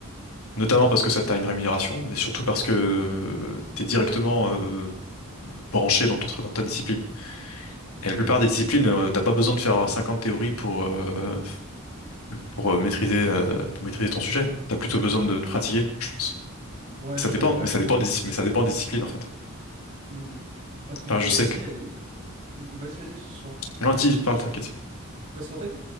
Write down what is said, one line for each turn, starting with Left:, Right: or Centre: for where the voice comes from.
Left: Notamment parce que ça t'a une rémunération, mais surtout parce que t'es directement, euh, branché dans ton, tra- dans ta discipline. Et la plupart des disciplines, euh, t'as pas besoin de faire 50 théories pour, euh, pour euh, maîtriser, euh, pour maîtriser ton sujet. T'as plutôt besoin de
Right: Mm.
Left: te pratiquer, je pense.
Right: Ouais,
Left: Mais
Right: je
Left: ça
Right: suis
Left: dépend,
Right: d'accord
Left: mais
Right: avec
Left: ça
Right: toi.
Left: dépend des, dis- mais ça dépend des disciplines, en fait.
Right: Hmm. Parce que tu
Left: Enfin, je
Right: sais
Left: sais
Right: aussi.
Left: que...
Right: euh, Vas-y, vas-y, je t'en prie.
Left: Non, dis, parle, t'inquiète.
Right: Parce qu'en fait,